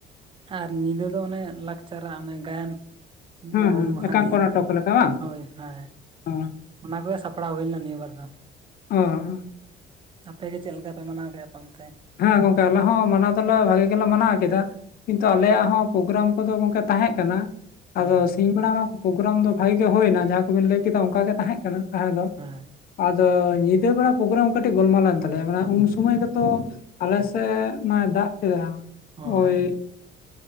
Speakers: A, on the right; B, on the left.
A: ᱟᱨ ᱧᱤᱫᱟᱹ ᱫᱚ ᱚᱱᱮ ᱞᱟᱠᱪᱟᱨᱟᱜ ᱚᱱᱮ ᱜᱟᱭᱟᱱ
B: ᱦᱩᱸ
A: ᱦᱩᱞ ᱢᱟᱦᱟ ᱱᱤᱭᱮ
B: <unintelligible>
A: ᱦᱳᱭ ᱦᱮᱸ
B: ᱚ
A: ᱚᱱᱟ ᱠᱚᱜᱮ ᱥᱟᱯᱲᱟᱣ ᱦᱩᱭ ᱞᱮᱱᱟ ᱱᱤᱭᱟᱹᱵᱟᱨ ᱫᱚ᱾
B: ᱚ
A: ᱟᱯᱮᱜᱮ ᱪᱮᱫ ᱞᱮᱠᱟ ᱯᱮ ᱢᱟᱱᱟᱣ ᱜᱮᱭᱟ ᱯᱮ ᱚᱱᱛᱮ?
B: ᱦᱮᱸ ᱜᱚᱝᱠᱮ ᱟᱞᱮ ᱦᱚᱸ ᱢᱟᱱᱟᱣ ᱫᱚᱞᱮ ᱵᱷᱟᱜᱤ ᱜᱮᱞᱮ ᱢᱟᱱᱟᱣ ᱠᱮᱫᱟ ᱾ ᱠᱤᱱᱛᱩ ᱟᱞᱮᱭᱟᱜ ᱦᱚᱸ ᱯᱨᱳᱜᱨᱟᱢ ᱠᱚᱫᱚ ᱜᱚᱝᱠᱮ ᱛᱟᱦᱮᱸᱜ ᱠᱟᱱᱟ ᱾ ᱟᱫᱚ
A: ᱦᱮᱸ
B: ᱥᱤᱧ ᱵᱮᱲᱟ ᱢᱟ ᱯᱨᱳᱜᱨᱟᱢ ᱫᱚ ᱵᱷᱟᱜᱤ ᱜᱮ ᱦᱩᱭᱱᱟ ᱡᱟᱦᱟᱸ ᱠᱚᱵᱤᱱ ᱞᱟᱹᱭ ᱠᱮᱫᱟ ᱚᱝᱠᱟ ᱜᱮ ᱛᱟᱦᱮᱸ ᱠᱟᱱᱟ ᱛᱟᱦᱮᱸ ᱫᱚ
A: ᱦᱮᱸ
B: ᱟᱫᱚ ᱧᱤᱫᱟᱹ ᱵᱮᱲᱟ ᱯᱨᱳᱜᱨᱟᱢ ᱠᱟᱹᱴᱤᱡ ᱜᱳᱞᱢᱟᱞᱮᱱ ᱛᱟᱞᱮᱭᱟ ᱢᱟᱱᱮ ᱩᱱ ᱥᱚᱢᱚᱭ ᱜᱮᱛᱚ ᱟᱞᱮ ᱥᱮᱜ ᱢᱟᱭ ᱫᱟᱜ ᱠᱮᱫᱟ,
A: ᱚ
B: ᱳᱭ
A: ᱦᱮᱸ